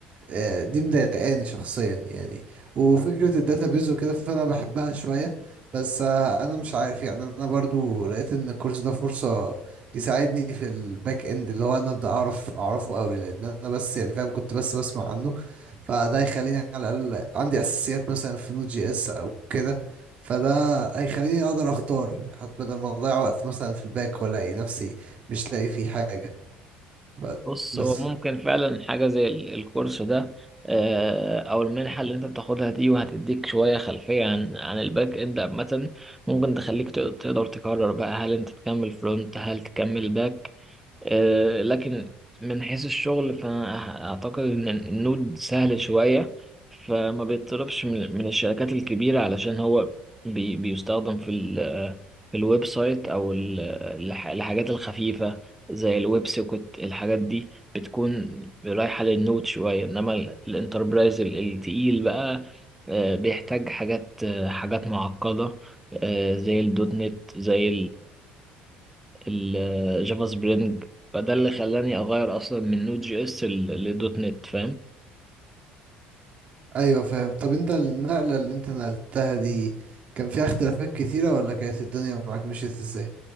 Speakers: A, on the right; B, in the centre.
A: آه، دي مضايقاني شخصيا يعني وفكرة الداتابيز وكده فأنا بحبها شوية بس آه، أنا مش عارف يعني أنا برضو لقيت إن الكورس ده فرصة يساعدني في الباك إند اللي هو أنا أبدأ أعرف أعرفه أوي لأن أنا بس يعني فاهم كنت بس بسمع عنه فده هيخليني على الأقل عندي أساسيات مثلا في نوت جي إس أو كده فده هيخليني أقدر أختار حتى بدل ما أضيع وقت مثلا في الباك وألاقي نفسي مش لاقي فيه حاجة ب-
B: بص
A: بس
B: هو ممكن فعلا حاجه زي ال- الكورس ده آه، او المنحه اللي انت بتاخدها دي وهتديك شويه خلفيه عن عن الباك اند عامه ممكن تخليك تق- تقدر تقرر بقى هل انت تكمل فرونت هل تكمل باك آه، لكن من حيث الشغل فأنا أعتقد إن النود سهل شوية فما بيطلبش من من الشركات الكبيرة علشان هو بي بيستخدم في ال في الويب سايت أو ال- الح- الحاجات الخفيفة زي الويب سوكت الحاجات دي بتكون رايحة للنود شوية إنما ال- الانتربرايز ال- التقيل بقى آه، بيحتاج حاجات آه، حاجات معقدة آه، زي الدوت نت زي الجافا سبرينج فده اللي خلاني اغير اصلا من نود جي اس ل- لدوت نت فاهم
A: ايوه فاهم طب انت النقلة اللي انت نقلتها دي كان فيها اختلافات كتيرة ولا كانت الدنيا معاك مشيت ازاي